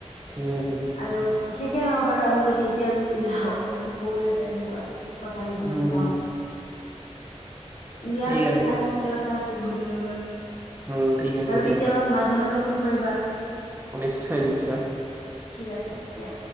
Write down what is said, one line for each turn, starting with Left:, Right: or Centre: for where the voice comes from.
Right: ঠিক আছে
Left: আৰু শেষে নহক। বাৰু আমি যদি এতিয়া ওলাও আৰু বহুত আছে এনেকুৱা আৰু কথা কিছুমান
Right: উম
Left: গাঁওৰ বিয়া
Right: ঠিক
Left: পিছে
Right: আছে
Left: ভাল লাগিলে কথা পাতি বহুত দিনৰ মূৰত।
Right: উম ঠিক আছে
Left: আৰু
Right: দিয়া
Left: কেতিয়াবা মাজে মাজে ফোন কৰিবা।
Right: নিশ্চয় নিশ্চয়।
Left: ঠিক আছে এতিয়া।